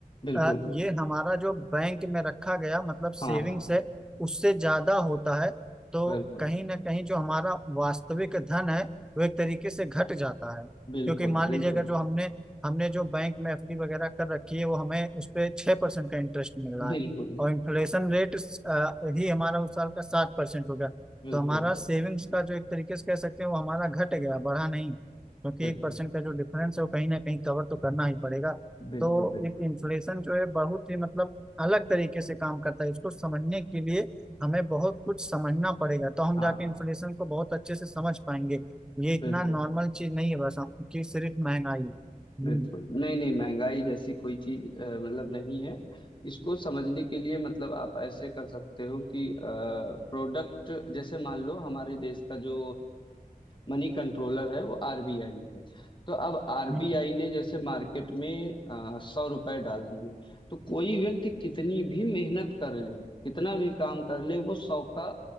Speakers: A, on the left; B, in the centre.
A: बिल्कुल
B: अ, ये हमारा जो बैंक में रखा गया मतलब
A: हाँ
B: सेविंग्स है उससे ज्यादा होता है तो
A: बिल्कुल
B: कहीं ना कहीं जो हमारा वास्तविक धन है वो एक तरीके से घट जाता है क्योंकि
A: बिल्कुल
B: मान
A: बिल्कुल
B: लीजिए अगर जो हमने हमने जो बैंक में एफडी वगैरह कर रखी है वो हमें उस पे छः परसेंट का इंटरेस्ट मिल रहा है
A: बिल्कुल
B: और इन्फ्लेशन रेट अ, ही हमारा उस साल का सात परसेंट हो गया
A: बिल्कुल
B: तो हमारा सेविंग्स का जो एक तरीके से कह सकते हैं वो हमारा घट गया बढ़ा नहीं क्योंकि
A: बिल्कुल
B: एक परसेंट का जो डिफरेंस है वो कहीं ना कहीं कवर तो करना ही पड़ेगा
A: बिल्कुल
B: तो
A: बिल्कुल
B: एक इन्फ्लेशन जो है बहुत ही मतलब अलग तरीके से काम करता है इसको समझने के लिए हमें बहुत कुछ समझना पड़ेगा तो हम
A: हाँ
B: जाके इन्फ्लेशन को बहुत अच्छे से समझ पाएंगे ये इतना
A: बिल्कुल
B: नॉर्मल चीज नहीं है बस कि सिर्फ महंगाई हम्म
A: बिल्कुल नहीं नहीं महंगाई जैसी कोई चीज मतलब नहीं है इसको समझने के लिए मतलब आप ऐसे कर सकते हो कि प्रोडक्ट जैसे मान लो हमारे देश का जो मनी कंट्रोलर है वो आरबीआई है तो अब आरबीआई
B: हम्म।
A: ने जैसे मार्केट में सौ रुपए डाल दिए तो कोई व्यक्ति कितनी भी मेहनत कर ले कितना भी काम कर ले वो सौ का